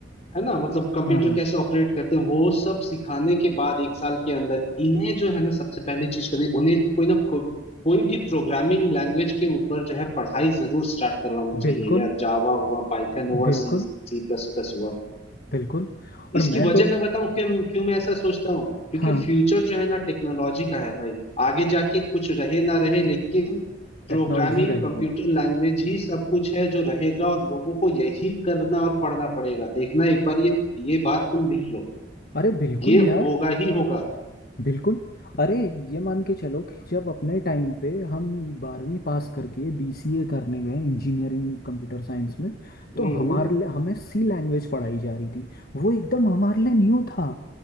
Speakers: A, on the left (about 35°); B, on the left (about 55°).
A: है ना मतलब कंप्यूटर
B: हाँ हाँ हाँ,
A: कैसे ऑपरेट करते हैं वो सब सिखाने के बाद एक साल के अंदर इन्हें जो है ना सबसे पहली चीज करनी उन्हें कोई ना को, कोई भी प्रोग्रामिंग लैंग्वेज के ऊपर जो है पढ़ाई जरूर स्टार्ट करवानी
B: बिल्कुल
A: चाहिए यार जावा हुआ पाइथन हुआ
B: बिल्कुल
A: सी सी प्लस प्लस हुआ
B: बिल्कुल
A: इसकी
B: और मैं
A: वजह
B: तो
A: मैं बताऊं क्यों क्यों मैं ऐसा सोचता हूँ क्योंकि
B: हाँ
A: फ्यूचर जो है ना टेक्नोलॉजी का है भाई आगे जाके कुछ रहे ना रहे लेकिन प्रोग्रामिंग
B: टेक्नोलॉजी रहेगी
A: कंप्यूटर लैंग्वेज ही सब कुछ है जो रहेगा और लोगों को यही करना और पढ़ना पड़ेगा देखना एक बार ये ये बात तुम लिख लो
B: अरे बिल्कुल
A: ये
B: यार
A: होगा ही होगा
B: बिल्कुल अरे ये मान के चलो कि जब अपने टाइम पे हम बारहवीं पास करके बीसीए करने गए इंजीनियरिंग कंप्यूटर साइंस में तो
A: हम्म
B: हमारे लिए हमें सी लैंग्वेज पढ़ाई जा रही थी वो एकदम हमारे लिए न्यू था